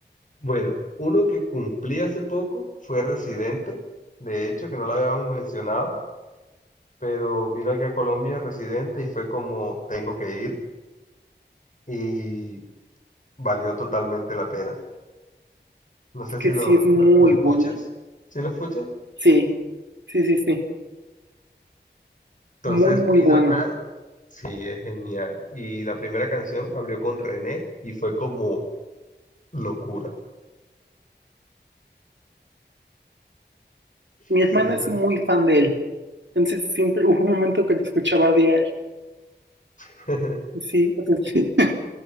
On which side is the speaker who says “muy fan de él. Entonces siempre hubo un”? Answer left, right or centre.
Right